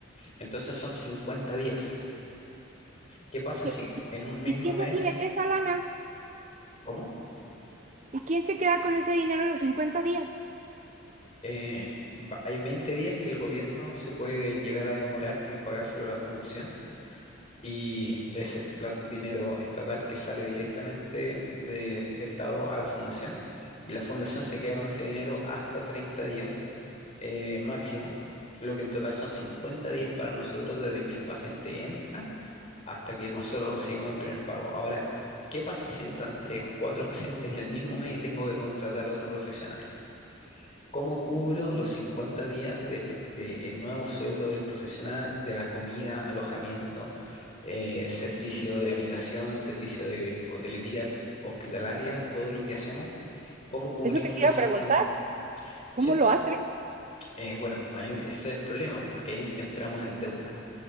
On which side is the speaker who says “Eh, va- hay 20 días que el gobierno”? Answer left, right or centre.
Left